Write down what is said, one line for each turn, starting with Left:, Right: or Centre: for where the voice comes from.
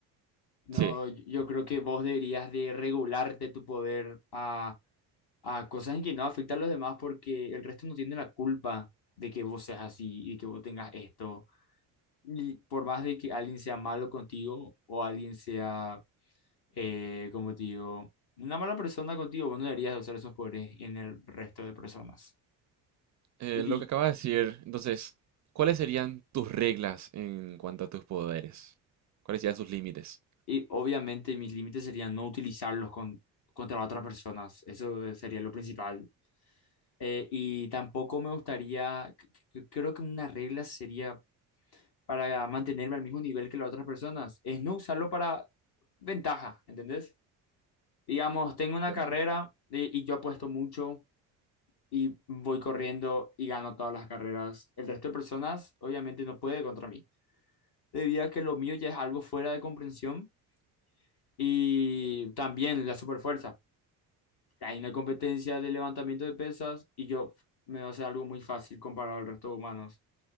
Left: No,
Right: Sí,
Left: yo yo creo que vos deberías de regularte tu poder a, a cosas en que no afecta a los demás porque el resto no tiene la culpa de que vos seas así y que vos tengas esto. Y por más de que alguien sea malo contigo o alguien sea, eh, como te digo, una mala persona contigo, vos no deberías de usar esos poderes en el resto de personas.
Right: eh,
Left: Y, di-
Right: lo que acabas de decir, entonces, ¿cuáles serían tus reglas en cuanto a tus poderes? ¿Cuáles serían sus límites?
Left: y obviamente mis límites serían no utilizarlos con, contra otras personas. Eso eh, sería lo principal. Eh, y tampoco me gustaría, c- c- creo que una regla sería para mantenerme al mismo nivel que las otras personas, es no usarlo para ventaja, ¿entendés? Digamos, tengo una
Right: Entiendo.
Left: carrera y, y yo apuesto mucho y voy corriendo y gano todas las carreras. El resto de personas obviamente no puede contra mí, debido a que lo mío ya es algo fuera de comprensión y también la superfuerza. Hay una competencia de levantamiento de pesas y yo me va a hacer algo muy fácil comparado al resto de humanos.